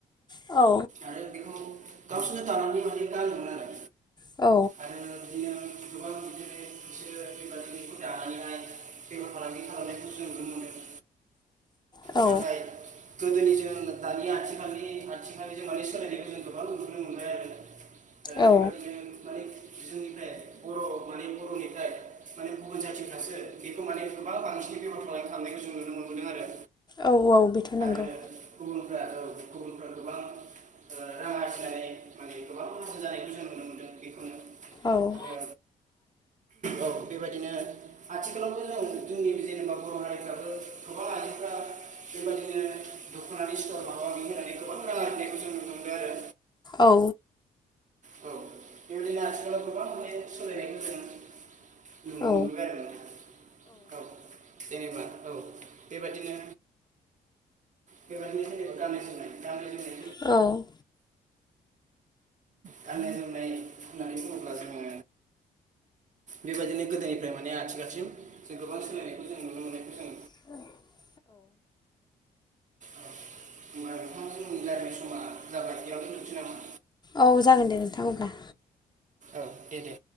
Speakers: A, on the left; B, on the right.
A: औ
B: आरो बेखौ गावसोरनो दानानै माने गानोमोन आरो।
A: औ
B: आरो बिदिनो गोबां <unintelligible> दानानैहाय बेफार फालांगि खालामनायखौ जों नुनो मोनो।
A: औ
B: नाथाय गोदोनिजों दानि आथिखालनि आथिखालनिजों माने सोलायनायखौ जों गोबां नुुनो मोनबाय आरो। ओ, बेबादिनो
A: औ।
B: माने जोंनिफ्राय बर' माने बर'निफ्राय माने गुबुन जाथिनिफ्रासो बेखौ माने गोबां बांसिन बेफार फालांगि खालामनायखौ जों नुनो मोनदों आरो।
A: औ औ बेथ' नंगौ
B: आरो गुबुनफोराथ' गुबुनफ्रा गोबां ओ रां आरजिनानै गोबां माहाजोन जानायखौ जों नुनो मोनदों। बेखौनो
A: औ।
B: आरो औ बेबायदिनो आथिखालावबो जों जोंनि जेनेबा बर' हारिफ्राबो गोबां आइजोफ्रा बेबायदिनो दख'नानि स्थर माबा माबि होननानै गोबां रां आरजिनायखौ जों नुनो मोनदों आरो।
A: औ।
B: औ बेबायदिनो आथिखालाव गोबां माने सोलायनायखौ जों नुनो
A: औ
B: मोनबोबाय आरो नोंथां। औ जेनेबा औ बेबादिनो बेबादिनो जेनेबा गाननाय जोमनाय। गाननाय जोमनाय
A: औ।
B: गाननाय जोमनाय होननानै बुङोब्ला जोङो बेबादिनो गोदोनिफ्राय माने आथिखालसिम जों गोबां सोलायनायखौ जों नुनो मोननायखौ जों
A: <unintelligible>
B: औ होमबा नोंथां जोंनि रायलायनाय समा जाबाय बेयावनो दोनथ'नोसै नामा?
A: औ जागोन दे नोंथां होनब्ला।
B: औ दे दे।